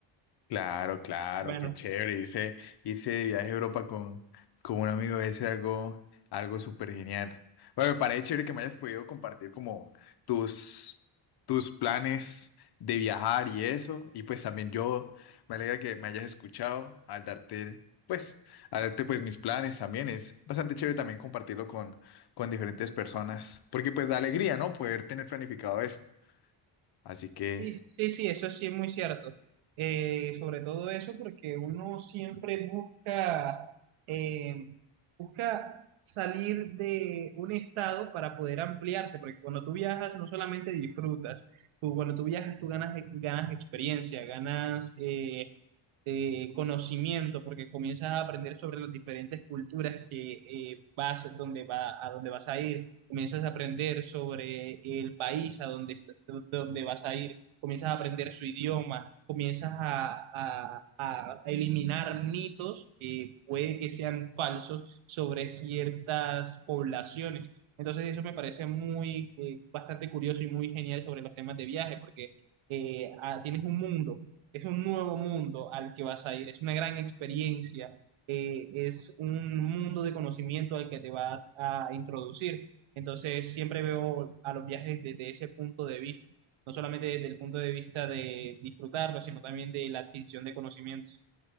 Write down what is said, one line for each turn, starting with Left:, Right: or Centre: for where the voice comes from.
Left: claro, claro,
Right: Bueno,
Left: qué chévere. Irse, irse de viaje a Europa con, con un amigo debe ser algo, algo súper genial. Bueno, me parece chévere que me hayas podido compartir como tus, tus planes de viajar y eso. Y pues también yo me alegra que me hayas escuchado al darte, pues, al darte pues mis planes también. Es bastante chévere también compartirlo con, con diferentes personas. Porque pues da alegría, ¿no? Poder tener planificado eso. Así que...
Right: Sí, sí, sí, eso sí es muy cierto. Eh, sobre todo eso porque uno siempre busca, eh, busca salir de un estado para poder ampliarse, porque cuando tú viajas no solamente disfrutas, tú, cuando tú viajas tú ganas, ganas experiencia, ganas, eh, de conocimiento, porque comienzas a aprender sobre las diferentes culturas que eh, vas, donde va, a donde vas a ir, comienzas a aprender sobre el país a donde, est- donde vas a ir, comienzas a aprender su idioma, comienzas a, a- a eliminar mitos que puede que sean falsos sobre ciertas poblaciones. Entonces eso me parece muy, eh, bastante curioso y muy genial sobre los temas de viaje, porque eh, ah, tienes un mundo es un nuevo mundo al que vas a ir, es una gran experiencia, eh, es un mundo de conocimiento al que te vas a introducir. Entonces, siempre veo a los viajes desde ese punto de vista, no solamente desde el punto de vista de disfrutarlo, sino también de la adquisición de conocimientos.